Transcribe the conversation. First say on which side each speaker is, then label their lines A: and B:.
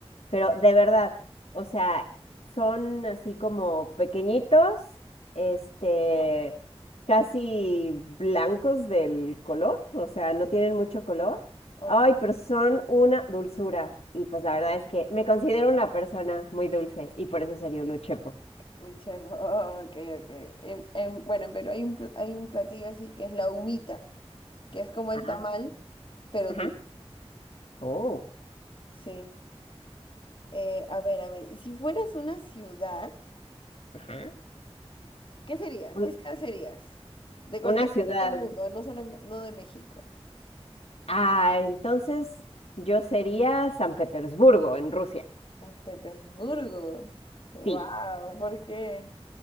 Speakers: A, on the left; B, on the left.
A: Pero de verdad, o sea, son así como pequeñitos, este, casi blancos del color, o sea, no tienen mucho color.
B: Ok.
A: Ay, pero son una dulzura. Y pues la verdad es que me considero una persona muy dulce y por eso sería un uchepo.
B: Uy, chef, <laughs> oh, ok, ok. En- en- bueno, en Perú hay un, pl- hay un platillo así que es la humita, que es como el
A: ah
B: tamal, pero
A: ajá.
B: dulce.
A: Oh,
B: Sí. Eh, a ver, a ver. Y si fueras una ciudad,
A: ajá.
B: ¿qué serías?
A: Un-
B: ¿Qué ciudad serías? De cualquier
A: una ciudad
B: parte del mundo, no solo, no de México.
A: Ah, entonces yo sería San Petersburgo, en Rusia.
B: San Petersburgo. Wow,
A: Sí,
B: ¿por qué?